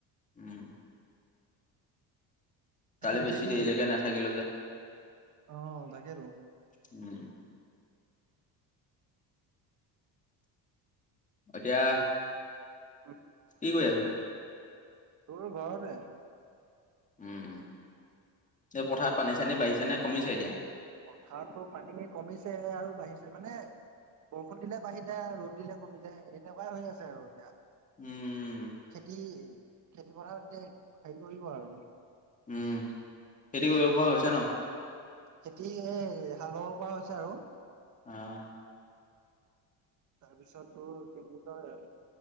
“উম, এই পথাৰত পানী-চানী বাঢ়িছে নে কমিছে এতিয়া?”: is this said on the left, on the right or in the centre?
Left